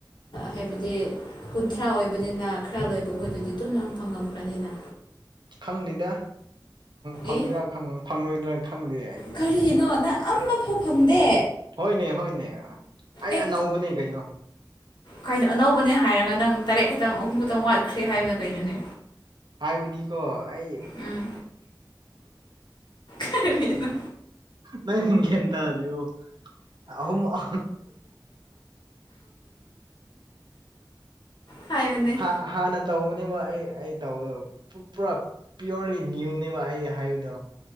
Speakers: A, on the left (about 75°); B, on the right (about 70°).
A: ꯍꯥꯏꯕꯗꯤ ꯀꯨꯟꯊ꯭ꯔꯥ ꯑꯣꯏꯕꯅꯤꯅ ꯈꯔ ꯂꯣꯏꯕꯈꯣꯏꯗꯨꯗꯤ ꯑꯗꯨꯝ ꯌꯥꯝ ꯐꯪꯉꯝꯈ꯭ꯔꯅꯤꯅ
B: ꯈꯪꯗꯦꯗ ꯐꯪꯒꯦꯔ
A: ꯑꯦ
B: ꯐꯪꯂꯣꯏꯗ꯭ꯔꯥ ꯈꯪꯗꯦ ꯑꯩ ꯑꯌꯥ
A: ꯀꯔꯤꯅꯣ ꯅꯪ ꯑꯃꯐꯥꯎ ꯐꯪꯗꯦ
B: ꯍꫭꯏꯅꯦ ꯍꫭꯏꯅꯦ ꯑ ꯑꯩ
A: ꯑꯦ
B: ꯑꯅꯧꯕꯅꯦ ꯀꯩꯅꯣ
A: ꯀꯩꯅꯣ ꯑꯅꯧꯕꯅꯦ ꯍꯥꯏꯔꯒ ꯅꯪ ꯇꯔꯦꯠ ꯈꯛꯇꯪ ꯑꯍꯨꯝ ꯈꯛꯇꯪ ꯋꯥꯠꯈ꯭ꯔꯦ ꯍꯥꯏꯕꯅ ꯀꯩꯅꯣꯅꯦ꯫
B: ꯍꯥꯏꯕꯗꯤꯀꯣ ꯑꯩ
A: ꯎꯝ ꯀꯔꯤꯅꫭ
B: ꯅꯪ ꯒ꯭ꯌꯥꯟ ꯇꯥꯗꯔꯤꯕꫭ ꯑꯍꯨꯝ ꯑ
A: ꯍꯥꯏꯕꯅꯦ
B: ꯑꯍꯥꯟꯅ ꯇꯧꯕꯅꯦꯕ ꯑꯩ ꯑꯩ ꯇꯧꯕꯗꯨ <unintelligible> ꯄꯨꯔꯥ ꯄꯤꯌꯣꯔꯂꯤ ꯅ꯭ꯌꯨꯅꯦꯕ ꯑꯩ ꯍꯥꯏꯕꯗꯣ